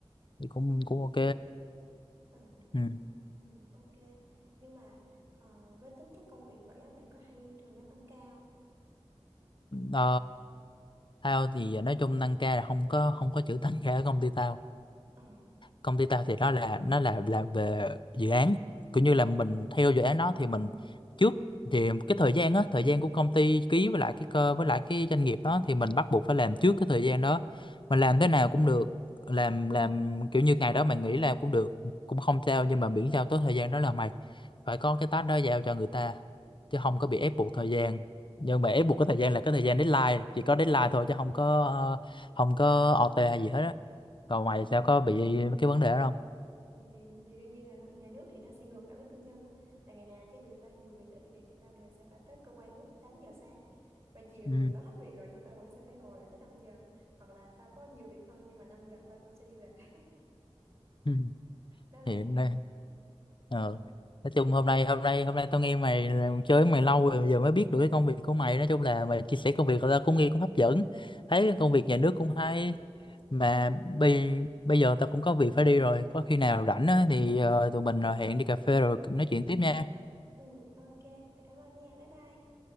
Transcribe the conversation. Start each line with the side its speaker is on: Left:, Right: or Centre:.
Left: thì cũng
Right: ừ
Left: cũng ok
Right: ừ, tao
Left: ừ.
Right: ừ, ok nhưng mà ờ, với tính chất công việc vậy á mày có hay thường phải tăng ca không
Left: Ờ, tao thì nói chung tăng ca là không có không có chữ tăng ca ở công ty tao
Right: ờ
Left: công ty tao thì nó là nó là là về dự án cũng như là mình theo dự án đó thì mình trước thì cái thời gian á thời gian của công ty ký với lại cái cơ với lại cái doanh nghiệp đó thì mình bắt buộc phải làm trước cái thời gian đó mình làm thế nào cũng được làm làm kiểu như ngày đó mày nghỉ làm cũng được cũng không sao nhưng mà miễn sao tới thời gian đó là mày phải có cái task đó giao cho người ta chứ không
Right: Ờ.
Left: có bị ép buộc thời gian nhưng mà ép buộc cái thời gian là cái thời gian deadline chỉ có deadline thôi chứ không có ờ, không có OT hay gì hết á
Right: ừ.
Left: còn mày sao có bị cái vấn đề đó không
Right: ừ, thì, thì đương nhiên là nó- nhà nước thì nó sẽ ngược lại với tư nhân á tại ngày nào cho dù tao nhiều việc ít việc thì tao đều sẽ phải tới cơ quan lúc tám giờ sáng và chiều
Left: ừ.
Right: dù tao hết việc rồi nhưng tao vẫn sẽ phải ngồi lại tới năm giờ hoặc là tao có nhiều việc hơn nhưng mà 5 giờ tao cũng sẽ đi về <laughs>
Left: Ừ. Ừ.
Right: đó là
Left: hiện
Right: kiểu
Left: đây
Right: thế
Left: ờ nói chung hôm nay hôm nay hôm nay tao nghe mày là- chơi với mày lâu rồi giờ mới biết được cái công việc của mày nói chung là mày chia sẻ công việc tao cũng nghe cũng hấp dẫn thấy cái
Right: ừ
Left: công việc nhà nước cũng hay
Right: ừ
Left: mà bây bây giờ tao cũng có việc phải đi rồi có khi nào rảnh á, thì ờ, tụi mình ờ, hẹn đi cà phê rồi nói chuyện tiếp nha
Right: Ừ, ok, tao cảm ơn nha, bye bye.